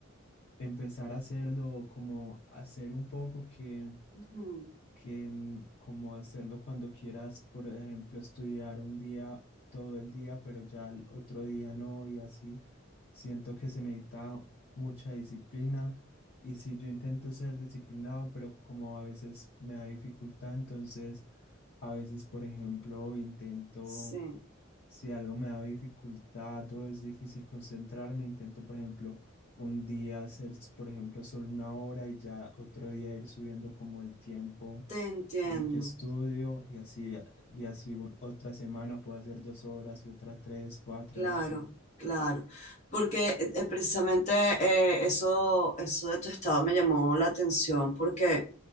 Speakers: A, on the left; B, on the left.
A: empezar a hacerlo, o como hacer un poco que
B: Ujú,
A: que mm, como hacerlo cuando quieras, por ejemplo, estudiar un día, todo el día, pero ya el otro día no y así. Siento que se necesita mucha disciplina y si yo intento ser disciplinado, pero como a veces me da dificultad, entonces a veces, por ejemplo, intento...
B: Sí,
A: Si algo me da dificultad o es difícil concentrarme, intento, por ejemplo, un día hacer, por ejemplo, solo una hora y ya otro día ir subiendo como el tiempo
B: te entiendo.
A: en que estudio y así, y así u- otra semana puedo hacer dos horas y otra tres, cuatro
B: Claro,
A: y así.
B: claro. Porque eh, eh, precisamente eh, eso, eso de tu estado me llamó la atención porque